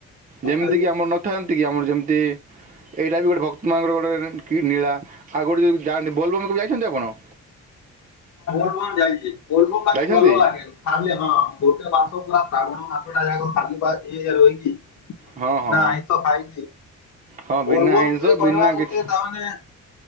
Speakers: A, on the right; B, on the left.
A: ଯେମିତି
B: ଆଜ୍ଞା।
A: କି ଆମର ନଥାନ୍ତି କି ଆମର ଯେମିତି ଏଇଟା ବି ଗୋଟେ ଭକ୍ତମାନଙ୍କର ଗୋଟେ କି ନୀଳା ଆଉ ଗୋଟେ ଯଉଁ ଯାଆନ୍ତି ବୋଲବମ କେବେ ଯାଇଛନ୍ତି ଆପଣ?
B: ହଁ ଯାଇଛି ପର୍ବ ପାଖେ
A: ଯାଇଛନ୍ତି
B: ଭଲ ଲାଗେନି। ଖାଲି ହଁ ଗୋଟେ ମାସ ପୁରା ଶ୍ରାବଣ ମାସ ଟା ଯାକ ଖାଲି ବା ଇଏ ଇଏ ରହିକି।
A: ହଁ ହଁ
B: ନା ଏଇଁ ତ ଖାଇନି
A: ହଁ
B: ବୋଲବମ୍
A: ବିନା ଆଇଁଷ
B: ବି କରିବା
A: ବିନା
B: ଗୋଟେ।
A: କିଛି
B: ତାହାନେ <inaudible>